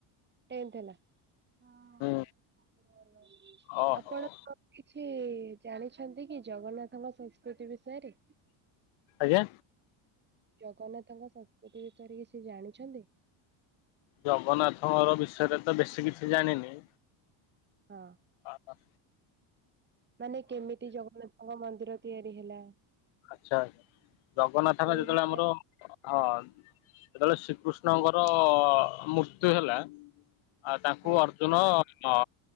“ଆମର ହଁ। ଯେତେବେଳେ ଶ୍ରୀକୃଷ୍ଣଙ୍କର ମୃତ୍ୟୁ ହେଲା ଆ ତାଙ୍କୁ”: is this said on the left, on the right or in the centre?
Left